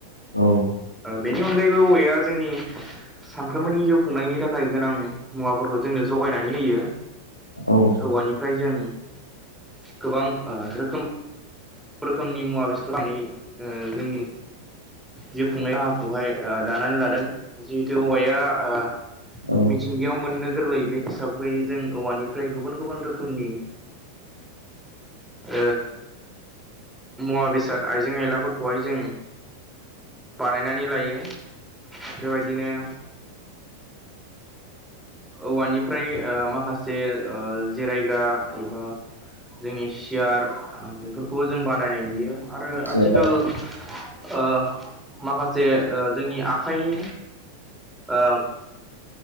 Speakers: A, on the left; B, in the centre.
A: औ
B: ओ बेनि अनगायैबो औवाया जोंनि सानफ्रोमबोनि जिउ खुंनायनि थाखाय गोनां मुवाफोरखौ जोंनो जगायनानै होयो
A: औ
B: औवानिफ्राय जों गोबां ओ रोखोम रोखोमनि मुवा बेसथर होननानै ओ जोंनि जिउ खुंनाय राहाखौहाय ओ दानानै लादों जिहेथु हौवाया ओ
A: औ
B: मि सिंगियाव मोननो गोरलै बे हिसाबखै जों औवानिफ्राय गुबुन गुबुन रोखोमनि ओ मुवा बेसाद आइजें आइलाफोरखौहाय जों बानायनानै लायो बेबायदिनो औवानिफ्राय ओ माखासे जिरायग्रा एबा जोंनि सियार बेफोरखौबो जों बानायनाय नुयो आरो आथिखाल
A: औ
B: ओ माखासे ओ जोंनि आखाइनि ओ